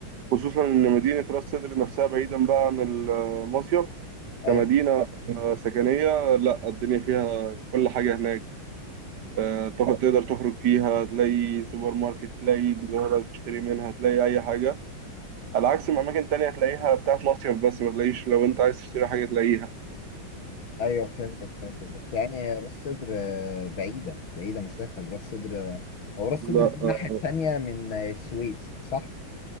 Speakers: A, on the right; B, on the left.
A: خصوصا ان مدينة راس سدر نفسها بعيدا بقى عن المصيف
B: ايوه
A: كمدينة آه، سكنية لا الدنيا فيها كل حاجة هناك آه، تاخد- تقدر تخرج فيها تلاقي سوبر ماركت تلاقي جزارة تشتري منها تلاقي أي حاجة على عكس ما اماكن تانية تلاقيها بتاعت مصيف بس ما تلاقيش لو انت عايز تشتري حاجة تلاقيها
B: ايوه فهمتك فهمتك بس يعني راس سدر آه، بعيده بعيده مسافه راس سدر هو راس
A: لا
B: سدر دي الناحيه
A: آه،
B: التانيه من آه، السويس صح